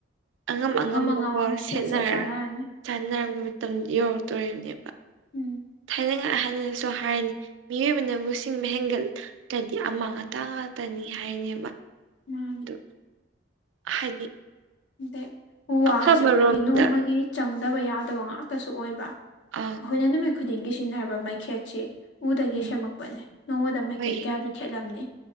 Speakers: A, on the right; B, on the left.
A: ꯑꯉꯝ ꯑꯉꯝꯕꯀꯣ
B: ꯑꯉꯝ ꯁꯦꯠ
A: ꯁꯦꯠꯅ
B: ꯁꯦꯠ ꯆꯥꯅꯔꯅꯤ
A: ꯆꯥꯟꯅꯔꯕ ꯃꯇꯝꯗ ꯌꯧꯔꯛꯇꯣꯔꯤꯕꯅꯦꯕ
B: ꯎꯝ
A: ꯊꯥꯏꯅꯉ ꯑꯍꯜꯅꯁꯨ ꯍꯥꯏꯅꯤ ꯃꯤꯑꯣꯏꯕꯅꯕꯨ ꯁꯤꯡꯕ ꯍꯦꯟꯒꯠꯂꯗꯤ ꯑꯃꯥꯡ ꯑꯇꯥ ꯉꯥꯛꯇꯅꯤ ꯍꯥꯏꯅꯦꯕ
B: ꯃꯥꯅꯤ
A: ꯑꯗꯣ ꯍꯥꯏꯗꯤ
B: ꯑꯗꯩ ꯎ ꯋꯥ
A: ꯑꯐꯕꯔꯣꯝꯗ
B: ꯍꯥꯏꯁꯦ ꯑꯩꯈꯣꯏꯒꯤ ꯅꯣꯡꯃꯒꯤ ꯆꯪꯗꯕ ꯌꯥꯗꯕ ꯉꯥꯛꯇꯁꯨ ꯑꯣꯏꯕ
A: ꯑꯝ
B: ꯑꯩꯈꯣꯏꯅ ꯅꯨꯃꯤꯠ ꯈꯨꯗꯤꯡꯒꯤ ꯁꯤꯖꯤꯟꯅꯔꯕ ꯃꯩꯈꯦꯠꯁꯤ ꯎꯗꯒꯤ
A: ꯎꯝ
B: ꯁꯦꯝꯃꯛꯄꯅꯦ ꯅꯣꯡꯃꯗ ꯃꯩꯈꯦꯠ
A: ꯍꯣꯏ
B: ꯀꯌꯥꯗꯤ ꯈꯦꯠꯂꯝꯅꯤ